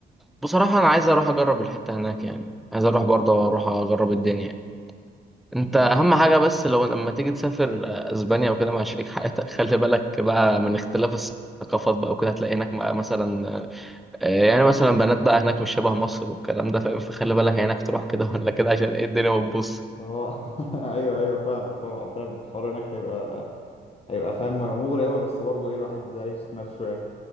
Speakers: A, in the centre; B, on the left (about 30°).
A: بصراحة أنا عايز أروح أجرب الحتة هناك يعني عايز أروح برضه أروح أجرب الدنيا يعني
B: مم.
A: أنت أهم حاجة بس لو لما تيجي تسافر آه، أسبانيا وكده مع شريك حياتك <laughs> خلي بالك بقى من اختلاف الثقافات بقى وكده هتلاقي هناك بقى مثلا آه، يعني مثلا بنات بقى هناك مش شبه مصر والكلام ده فاهم فخلي بالك هناك تروح كده ولا كده عشان ايه الدنيا ما تبص
B: اه <laughs> ايوه ايوه فاهمك طبعا فاهمك الحوار هناك هيبقى هيبقى فاهم مغري قوي بس برضه ايه الواحد هيمسك نفسه يعني